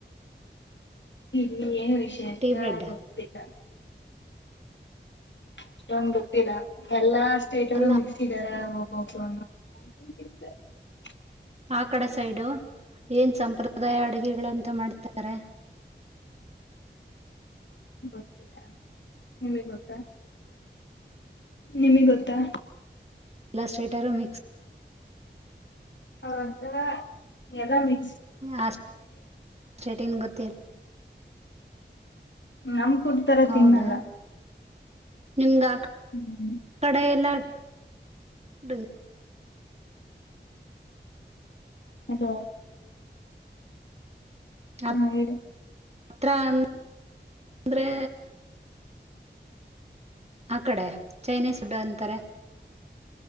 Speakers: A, on the left; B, on the right.
A: ಇ ಏನು ವಿಶೇರ್ಷ
B: ಟೀ ಬ್ರೆಡ್
A: ಬತಗ ಅಷ್ಟೊಂದ ಗೊತ್ತಿಲ್ಲ ಎಲ್ಲಾ ಅಟ್ರು
B: ಅಲ್ಲ
A: ಮಕ್ಸಿದಡ <unintelligible>
B: ಆ ಕಡೆ ಸೈಡು. ಏನ್ ಸಂಪ್ರದಾಯ ಅಡುಗೆಗಳ ಎಂತ ಮಾಡ್ತಾರೆ
A: ಗೊತ್ತಿಲ್ಲ ನಿಮಿಗ್ ಗೊತ್ತಾ ನಿಮಿಗ್ ಗೊತ್ತಾ
B: ಎಲ್ಲಾ ಸ್ಟ್ರೇಟ ಮಿಕ್ಸ್
A: ಅವ್ರಂತರ ಎಲ್ಲ ಮಿ
B: ಆ ಸ್ಟೇಟ್ ಏನ್ ಗೊತ್ತಿಲ್ಲ
A: <unintelligible> ನಮ್ ಫುಡ್ ತರ
B: ಹೌದಾ
A: ತಿನ್ನಲ್ಲ.
B: ನಿಮ್ಗ ಆ
A: ಹ್ಮ್
B: ಕಡೆ ಎಲ್ಲ <unintelligible>
A: <unintelligible>
B: ಆ
A: ಹಾ ಹೇಳ್ರಿ
B: ಹತ್ರ ಅಂದ್ರೆ ಆ ಕಡೆ ಚೈನೀಸ್ ಫುಡ್ ಅಂತಾರೆ